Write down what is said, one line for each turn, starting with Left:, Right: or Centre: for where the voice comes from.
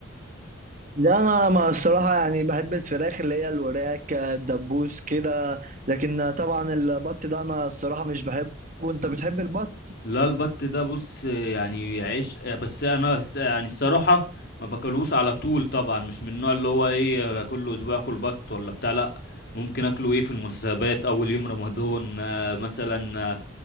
Right: لا انا ما الصراحه يعني بحب الفراخ اللي هي الوراك الدبوس كده لكن طبعا البط ده انا الصراحه مش بحبه وانت بتحب البط
Left: لا البط ده بص يعني عيش بس انا س- يعني الصراحة ما باكلوش على طول طبعا مش من النوع اللي هو ايه كل اسبوع اكل بط ولا بتاع لا ممكن اكله ايه في المناسبات اول يوم رمضان آه، مثلا آه،